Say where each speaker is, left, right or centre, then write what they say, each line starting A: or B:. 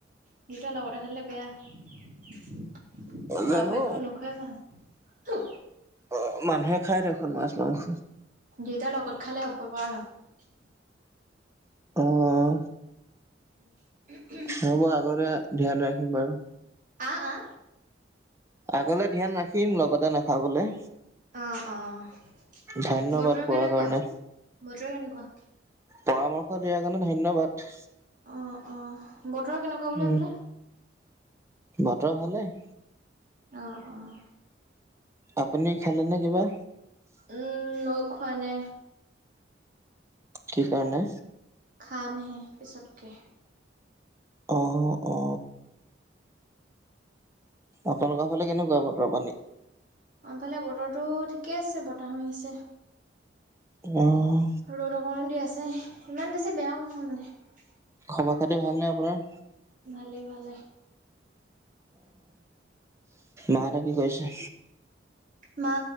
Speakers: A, on the right (about 45°); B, on the right (about 15°).
A: নিটোয়া <unintelligible> লগতে <unintelligible> বেয়া। সেই, পৰাপক্ষত
B: জানো
A: নোখোৱাই ভাল।
B: অ', অ', অ'। মানুহে, খাই দেখোন মাছ মাংস।
A: দুয়োতাৰ লগত খালে অপকাৰ হয়।
B: অহ।
A: <unintelligible>
B: হ'ব, আগতে ধ্যান ৰাখিম বাৰু।
A: আ, আ।
B: আগলে ধ্যান ৰাখিম, লগতে নাখাবলৈ।
A: অ', অ'।
B: ধন্যবাদ
A: বতৰ
B: কোৱাৰ
A: কেনেকুৱা?
B: কাৰণে।
A: বতৰ কেনেকুৱা?
B: পৰামৰ্শ দিয়াৰ কাৰণে ধন্যবাদ।
A: অ', অ'। বতৰ কেনেকুৱা বুলি
B: উম।
A: ভাবিলে?
B: বতৰ ভালেই।
A: অ', অ'।
B: আপুনি খালেনে কিবা?
A: উম, মই খোৱা নাই।
B: কি কাৰণে?
A: খাম হে, পিছতকে।
B: অ', অ'। আপোনালোকৰ ফালে কেনেকুৱা, বতৰ পানী?
A: আনফালে বতৰটো ঠিকেই আছে, বতাহো আহিছে।
B: অ'।
A: ৰ'দ অকণমান দি আছে। ইমান বেছি বেয়াও নহয়, মানে।
B: খবৰ পাতি ভালনে আপোনাৰ?
A: ভালে, ভালে।
B: মাৰা কি কৰিছে?
A: মা,